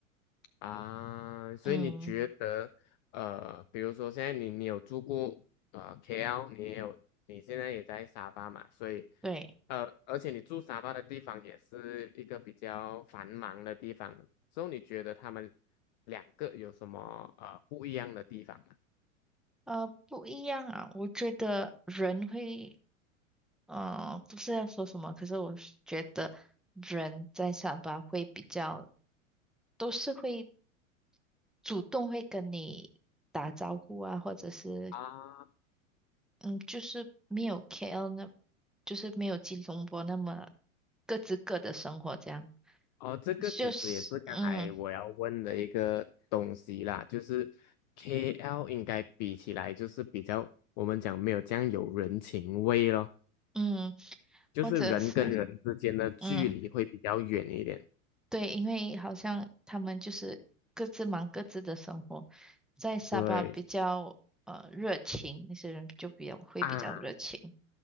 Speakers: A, on the left; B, in the centre.
A: 啊，所以你觉得，
B: 嗯，
A: 呃，比如说现在你你有住过呃 KL，你也有，你现在也在沙巴嘛，所以，
B: 对。
A: 呃，而且你住沙巴的地方也是一个比较繁忙的地方，所以你觉得他们两个有什么呃不一样的地方吗？
B: 呃，不一样啊。我觉得人会，呃，不是要说什么，可是我是觉得人在上班会比较，都是会主动会跟你打招呼啊，或者是，
A: 啊，
B: 嗯，就是没有 KL 那，就是没有吉隆波那么各自各的生活这样，
A: 哦，这个其实也是刚才我要问的一个东西啦，
B: 就是，嗯
A: 就是 KL 应该比起来就是比较，我们讲没有这样有人情味咯。
B: 嗯，
A: 就是人跟人之间的距离会比较远一点。
B: 或者是，嗯。对，因为好像他们就是各自忙各自的生活，在沙巴比较呃热情，
A: 对
B: 那些人就比较会比较热情。
A: 啊，